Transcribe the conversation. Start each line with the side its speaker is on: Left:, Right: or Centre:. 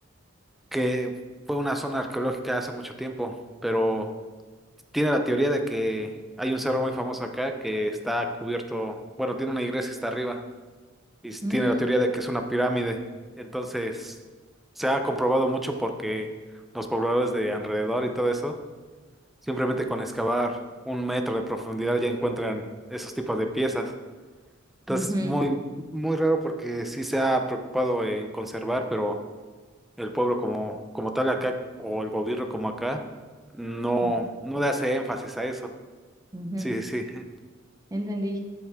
Centre: que fue una zona arqueológica hace mucho tiempo, pero tiene la teoría de que hay un cerro muy famoso acá que está cubierto, bueno, tiene una iglesia hasta arriba y
Right: Mm,
Centre: tiene la teoría de que es una pirámide. Entonces, se ha comprobado mucho porque los pobladores de alrededor y todo eso, simplemente con excavar un metro de profundidad ya encuentran esos tipos de piezas. Entonces,
Right: ujú,
Centre: muy, muy raro porque sí se ha preocupado en conservar, pero el pueblo como, como tal acá, o el gobierno como acá, no,
Right: ujú,
Centre: no le hace énfasis a eso.
Right: ujú.
Centre: Sí, sí, sí.
Right: Entendí.